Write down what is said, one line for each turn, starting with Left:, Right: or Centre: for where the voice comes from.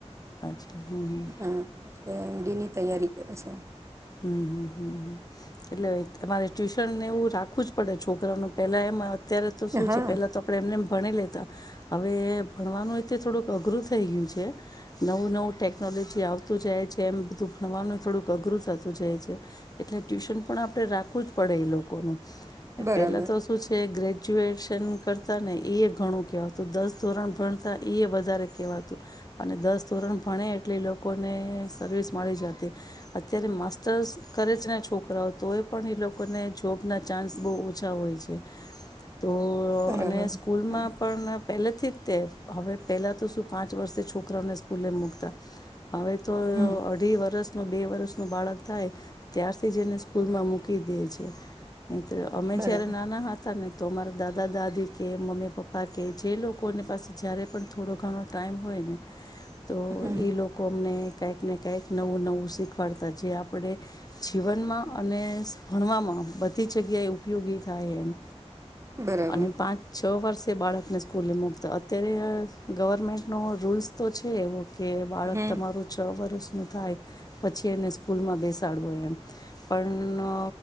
Left: અચ્છા હમ હમ
Right: હમ્મ. તો એમ ડીની તૈયારી કરે છે.
Left: હમમ હમ્મ હમ્મ હં. એટલે તમારે ટ્યુશન ને એવું રાખવું જ પડે છોકરાનું પેલા એમાં અત્યારે તો શું
Right: હા
Left: છે પેલા તો આપડે એમનેમ ભણી લેતા. હવે ભણવાનું એ તે થોડુંક અઘરું થઈ ગયું છે. નવું નવું ટેકનોલોજી આવતું જાય છે, એમ બધું ભણવાનું થોડુંક અઘરું થત તૂ જાય છે. એટલે ટ્યુશન પણ આપણે રાખવું જ પડે ઈ લોકોનું.
Right: બરાબર
Left: પેલા તો શું છે ગ્રે જ્યુએશન કરતાં ને ઈ એ ઘણું કહેવાતું. દસ ધોરણ ભણતા ઈ એ વધારે કહેવાતું. અને દસ ધોરણ ભણે એટલે લોકોને સર્વિસ મળી જતી. અત્યારે માસ્ તસ કરે છેને છોકરાઓ, તો એ પણ એ લોકોને જોબના ચાન્સ બોવ ઓછા હોય છે. તો
Right: બરાબર
Left: અને સ્કૂલમાં
Right: હમ
Left: પણ પહેલેથી જ તે, હવે પહેલાં તો શું પાંચ વર્ષે છોકરાઓને સ્કૂલે મૂકતા. હવે તો
Right: હમ,
Left: અઢી વરષ નો બે વરષ નો બાળક થાય, ત્યારથી જ એને સ્કૂલમાં મૂકી દે છે. નયતર અમે
Right: બરાબર
Left: જ્યારે નાના હતા ને તો અમારા દાદા દાદી કે મમ્મી પપ્પા કે જે લોકોની પાસે જ્યારે પણ થોડો ઘણો ટાઈમ હોય ને. તો
Right: હમ
Left: એ લોકો અમને. કંઈક ને કઈક નવું નવું શીખવાડતા જે આપ પણે જીવનમાં અને ભણવામાં બધી જગ્યાએ ઉપયોગી થાય એમ.
Right: બરાબર
Left: અને પાંચ છ વર્ષ. તે બાળકને સ્કૂલે મકતા અત્યારે અ ગવર્મેન્ટનો રૂલ્સ તો છે એવો. કે બાળક
Right: હમ
Left: તમારું છ વર્ષ થાય પછી એને સ્કુ કૂલમાં બેસાડવોય એમ પણ અ